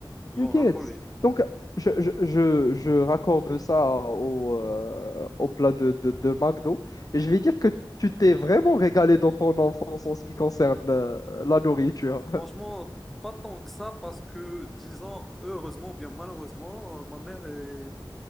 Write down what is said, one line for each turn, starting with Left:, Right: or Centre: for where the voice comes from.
Centre: J'en
Left: Nuggets.
Centre: raffolais. Mhm.
Left: Donc, je, je, je, je raccorde ça au, euh, au plat de, de, de McDo. Et je vais dire que tu t'es vraiment régalé dans ton enfance en ce qui concerne euh, la nourriture. <laughs>
Centre: Franchement, pas tant que ça, parce que, disons, heureusement ou bien malheureusement, euh, ma mère est,